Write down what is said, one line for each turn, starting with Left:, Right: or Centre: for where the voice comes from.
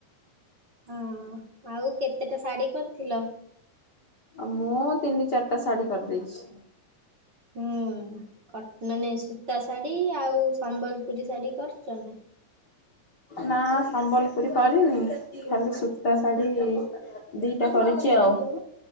Right: ହଁ ଆଉ କେତେଟା ଶାଢ଼ୀ କରିଥିଲ।
Left: ମୁଁ ତିନି ଚାରିଟା ଶାଢୀ କରିଦେଇଛି।
Right: ହୁଁ କ ମାନେ ସୂତା ଶାଢୀ ଆଉ ସମ୍ବଲପୁରୀ ଶାଢୀ କରିଚ ନା?
Left: ନା ସମ୍ବଲପୁରୀ କରିନି ଖାଲି ସୂତା
Right: ହୁଁ
Left: ଶାଢୀ ଦିଟା କରିଚି ଆଉ।